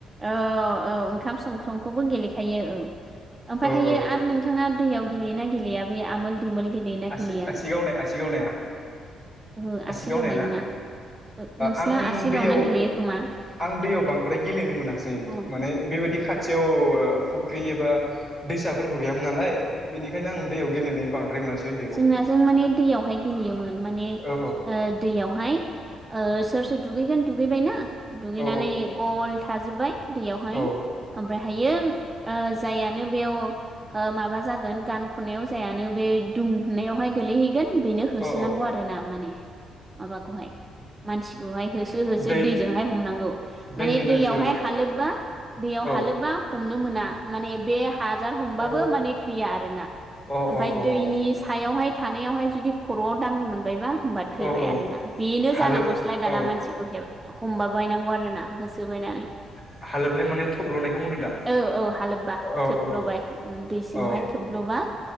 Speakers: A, on the right; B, on the left.
A: ओऔ ओंखाम संसंखौबो गेलेखायो औ, ओमफायहायो
B: औ
A: आरो नोंथाङा दैयाव गेलेयोना गेलेया? बेै आमोल दिमोल गेलेयोना
B: आसि
A: गेलेया
B: आसि
A: नोंथाङा?
B: गावनाय आसि गावनाया
A: ओहो आसि
B: गावनाया
A: गावनाय
B: ना
A: नोङा, ओ नोंसिना
B: आं
A: आसि
B: दैयाव
A: गावना गेलेयो खोमा?
B: आं दैयाव बांद्राय गेलेनो मोनासै,
A: औ
B: माने बेबायदि खाथि खाथियाव फुख्रि एबा दैसाफोरबो गैयामोन नालाय बेनिखायनो आं दैयाव गेलेनाय बांद्राय मोनासै उन्दैयाव
A: जोंना जों माने दैयावहाय गेलेयोमोन माने ओ
B: औ
A: दैयावहाय ओ सोर सोर दुगैगोन दुगैबाय ना, दुगैनानै
B: औ
A: गल थाजोब्बाय दैयावहाय
B: औ
A: ओमफ्राय हायो, ओ जायानो बेयाव ओ माबा जागोन गान खननायाव जायानो बे दुं नायावहाय गोलैहैगोन बेनो होसोनांगौ
B: औ औ
A: आरोना माने माबाखौहाय मानसिखौहाय होसो होसो
B: दै
A: दैजोंहाय हमनांगौ, माने
B: दैजोंनो
A: दैयावहाय
B: होसोगोन
A: हालोब्बा, दैयाव
B: औ
A: हालोब्बा हमनो मोना, माने बे हाजार हमबाबो
B: अ
A: माने थैया आरोना,
B: अ
A: ओमफाय
B: अ अ
A: दैनि
B: अ
A: हायावहाय थानायावहाय जुदि खर'आव दांनो मोनबायबा होनबा
B: औ
A: थैबाय
B: औ
A: आरोना, बेनो
B: हालोब
A: जानांगौस्लाय दाना
B: औ
A: मानसिखौ हे हमबा बायनांगौ आरोना होसोबायनानै
B: हाल-हालोबनाय माने थब्ल'नायखौ बुंदों दा
A: औ औ हालोब्बा,
B: औ औ
A: थोब्ल'बाय उम दै सिङावहाय
B: औ
A: थोब्ल' <unintelligible>